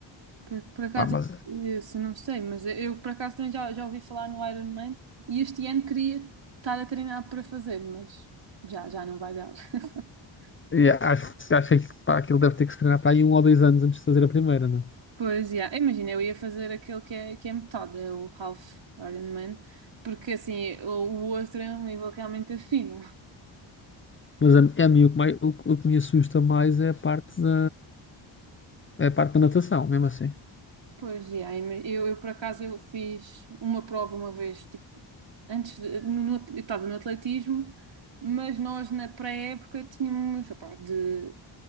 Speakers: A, on the right; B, on the left.
A: por, por acaso,
B: Pá, mas
A: isso não sei, mas eu, eu, por acaso também já, já ouvi falar no Ironman e este ano queria estar a treinar para fazer, mas já, já não vai dar. <laughs>
B: yeah, acho, acho que pá, aquilo deve ter que se treinar para aí um ou dois anos antes de fazer a primeira, não?
A: Pois, yeah. Imagina, eu ia fazer aquele que é, que é metade, é o Half Ironman, porque assim, o, o outro é um nível realmente acima.
B: Mas a, é a mim o que, mais, o, que o que me assusta mais é a parte da, é a parte da natação, mesmo assim.
A: Pois, e aí, mas eu, eu por acaso eu fiz uma prova uma vez, tipo, antes de- no- no- eu estava no atletismo, mas nós na pré-época tínhamos, opá, de,